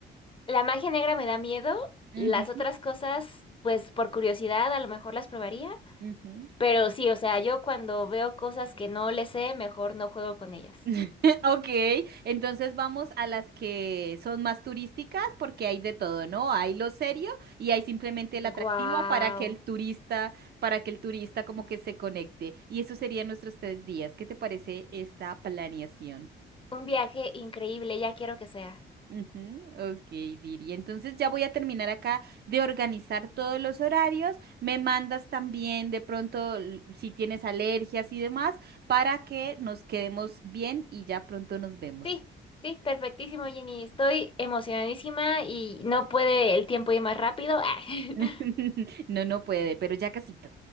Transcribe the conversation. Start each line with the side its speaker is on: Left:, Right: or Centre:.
Left: La magia negra me da miedo.
Right: Ujú,
Left: Las otras cosas, pues por curiosidad, a lo mejor las probaría.
Right: ujú.
Left: Pero sí, o sea, yo cuando veo cosas que no le sé, mejor no juego con ellas.
Right: <laughs> Ok, entonces vamos a las que son más turísticas porque hay de todo, ¿no? Hay lo serio y hay simplemente el atractivo
Left: Guau.
Right: para que el turista, para que el turista como que se conecte. Y eso serían nuestros tres días. ¿Qué te parece esta planeación?
Left: Un viaje increíble, ya quiero que sea.
Right: Ujú, Ok, Viri. Entonces ya voy a terminar acá de organizar todos los horarios. Me mandas también de pronto l- si tienes alergias y demás para que nos quedemos bien y ya pronto nos vemos.
Left: Sí, sí, perfectísimo, Jenny. Estoy emocionadísima y no puede el tiempo ir más rápido. <laughs>
Right: <laughs> No, no puede, pero ya casito.